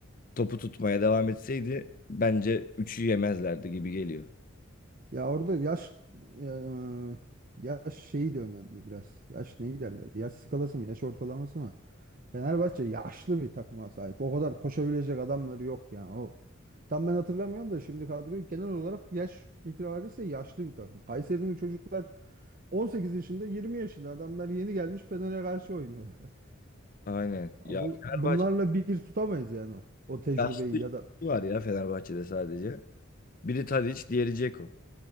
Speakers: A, on the left; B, on the right.
A: topu tutmaya devam etseydi bence üçü yemezlerdi gibi geliyor.
B: Ya orada yaş ya, e, yaş şeyi de önemli biraz. Yaş neyi derler? Yaş skalası mı? Yaş ortalaması mı? Fenerbahçe yaşlı bir takıma sahip. O kadar koşabilecek adamları yok yani. O Tam ben hatırlamıyorum da şimdi kadroyu genel olarak yaş itibariyle yaşlı bir takım. Kayseri'nin çocuklar 18 yaşında 20 yaşında adamlar yeni gelmiş Fener'e karşı oynuyorlar. <laughs>
A: Aynen.
B: Ya
A: Ya
B: Bu,
A: Fenerbahçe
B: bunlarla bir tutamayız yani o o tecrübeyi
A: yaşlı
B: ya
A: iki
B: da
A: var ya Fenerbahçe'de sadece. Biri Tadiç, diğeri Dzeko.